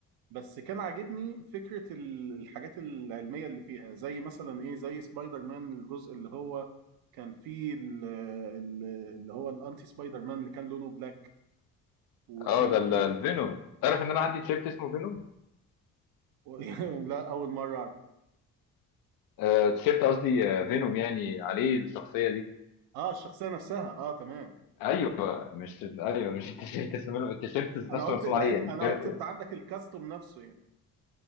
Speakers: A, on the right; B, on the left.
A: بس كان عاجبني فكرة ال- الحاجات العلمية اللي فيها زي مثلا ايه زي سبايدر مان الجزء اللي هو كان فيه ال- ال- اللي هو الانتي سبايدر مان اللي كان لونه بلاك وكان
B: اه ده ال-
A: فيه
B: الفينوم تعرف ان انا عندي تيشيرت اسمه فينوم
A: <laughs> لا اول مرة اعرف
B: آه تيشيرت قصدي آه فينوم يعني عليه الشخصيه دي
A: اه الشخصية نفسها اه تمام
B: ايوه مش ايوه مش <laughs> التيشيرت اسمه فينوم التيشيرت
A: انا
B: نفسه
A: قلت
B: مرسوم
A: لا
B: عليه يعني بجد
A: انا قلت انت عندك الكاستوم نفسه يعني